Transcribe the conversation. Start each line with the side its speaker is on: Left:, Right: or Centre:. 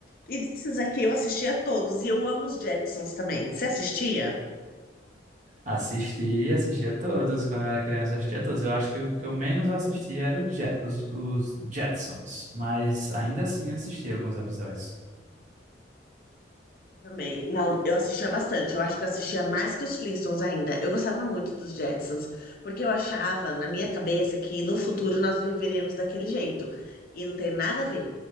Left: E desses aqui eu assistia todos e eu amo os Jetsons também. Você assistia?
Right: Assisti, assistia todos, quando eu era criança eu assistia todos, eu acho que o que eu menos assistia era os, Je- os, os Jetsons, mas ainda assim assistia alguns episódios.
Left: Também. Não, eu assistia bastante. Eu acho que eu assistia mais que os Flintstones ainda. Eu gostava muito dos Jetsons, porque eu achava, na minha cabeça, que no futuro nós viveríamos daquele jeito. E não tem nada a ver.